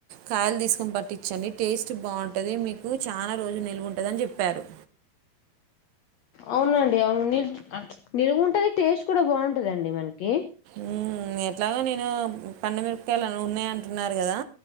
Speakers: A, on the right; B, on the left.
A: కాయలు తీసుకొని పాటించండి టేస్ట్ బావుంటది మీకు చానా రోజు నిల్వుంటుందని చెప్పారు
B: అవునండి అవును నిల్ ఆ ప్చ్ నిలు ఉంటది టేస్ట్ కూడా బావుటదండి మనకి
A: మ్మ్ ఎట్లాగో నేను పండుమిరపకాయలు ఉన్నాయి అంటున్నారు కదా